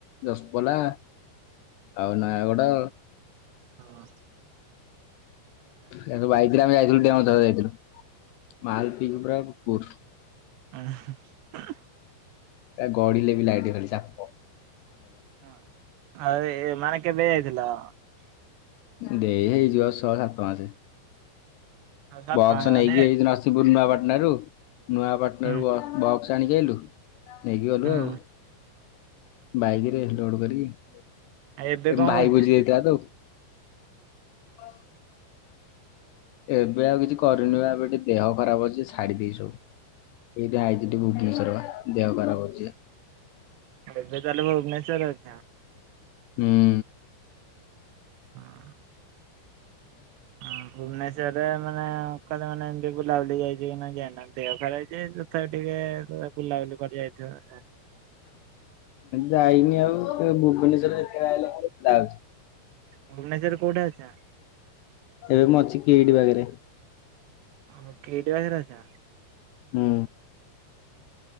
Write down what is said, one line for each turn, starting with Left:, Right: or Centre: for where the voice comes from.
Left: ଦଶପଲା ଆଉ ନୟାଗଡ଼
Right: ହଁ।
Left: ୟାଡୁ ବାଇକ ଆମେ ଯାଇଥିଲୁ। <unintelligible> ମାଲପିକି ପୁରା ପୁର।
Right: ଉ ହୁଁ। <unintelligible>
Left: ସେ ଗଢିଲେ ବି ଲାଇଟ ଖଲି ଚାପ
Right: <unintelligible>
Left: ଦେଇ ହେଇଯିବ ଆଉ ଶହେ ସାତମାସେ।
Right: ସାତ
Left: ବକ୍ସ
Right: ପାଞ୍ଚ ମାନେ
Left: ନେଇକି ହେଇ ନସିୀପୁର ନୂଆପାଟଣା ରୁ। ନୂଆପଟଣ
Right: ହୁଁ
Left: ର ବକ୍ସ ଆଣିକି ଆଲୁ। ନେଇକି ଗଲୁ
Right: ହୁଁ
Left: ଆଉ। ବାଇକରେ ଲୋଡ କରିକି
Right: ଏବେ
Left: ଏ
Right: କଣ
Left: ଭାଇ
Right: କରୁଛ?
Left: ବୁଝ ଯାଇଥିଲା ତ। ହଁ। ଏବେ ଆଉ କିଛି କରିନି ଏବେ ଟିକେ ଦେହ ଖରାପ ଅଛି ଛାଡି ଦେଇ ସବୁ ଏଇଟା ଆଇଛି ଟେ ଭୁବନେଶ୍ଵର ଦେହ ଖରାପ ଅଛି।
Right: ଏବେ ତାହଲେ ଭୁବନେଶ୍ୱରରେ ଅଛ
Left: ହୁଁ
Right: ହଁ ହଁ ଭୁବନେଶ୍ୱରରେ ମାନେହେ ମାନେ ଲାଗି ଯାଇଛି କି ନା ଯାଇନ ଦେହ ଖରାପ ହେଇଛି ତଥାପି ଟିକେ ବୁଲାବୁଲି କରି ଯାଇଥିବ ବୋଧେ
Left: ଯାଇନି ଆଉ ଭୁବନେଶ୍ୱର ଯେତେବେଳେ ଆଇଲେ ଖାଲି ଯାଉଛି
Right: ଭୁବନେଶ୍ଵରରେ କୋଉଠି ଅଛ
Left: ଏବେ ମୁଁ ଅଛି କିଇଡି ପାଖରେ
Right: ଅହ କିଡ ପାଖରେ ଅଛ
Left: ହଁ